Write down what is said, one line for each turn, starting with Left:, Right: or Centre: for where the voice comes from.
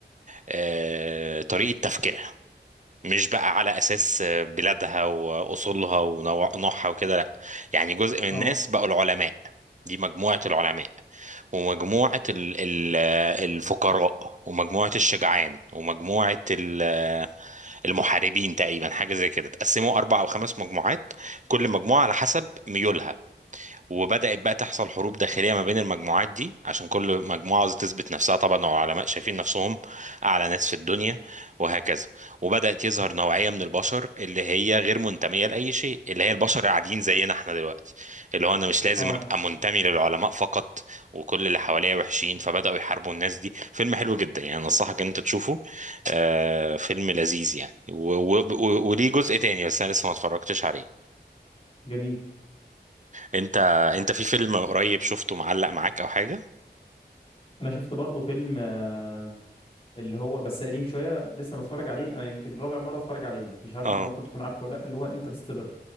Right: آه طريقة تفكيرها مش بقى على أساس بلادها وأصولها ونوعها وكده لأ يعني جزء من الناس
Left: اه
Right: بقوا العلماء دي مجموعة العلماء ومجموعة ال ال الفقراء ومجموعة الشجعان ومجموعة ال المحاربين تقريبا حاجة زي كده تقسموا أربع أو خمس مجموعات كل مجموعة على حسب ميولها وبدأت بقى تحصل حروب داخلية ما بين المجموعات دي عشان كل مجموعة عاوزة تثبت نفسها طبعا وعلماء شايفين نفسهم أعلى ناس في الدنيا وهكذا وبدأت يظهر نوعية من البشر اللي هي غير منتمية لأي شيء اللي هي البشر العاديين زينا احنا دلوقتي اللي هو أنا مش لازم
Left: اه
Right: أبقى منتمي للعلماء فقط وكل اللي حواليا وحشين فبدأوا يحاربوا الناس دي فيلم حلو جدا يعني أنصحك إن أنت تشوفه آه فيلم لذيذ يعني و- و- و- وليه جزء تاني بس أنا لسه ما اتفرجتش عليه
Left: جميل
Right: انت انت في فيلم قريب شفته معلق معاك او حاجه
Left: انا شفت برضو فيلم آه، اللي هو بس قديم شويه لسه متفرج عليه انا يمكن رابع مره اتفرج عليه مش عارف
Right: اه
Left: انت ممكن تكون عارفه ولا لا اللي هو انترستيلر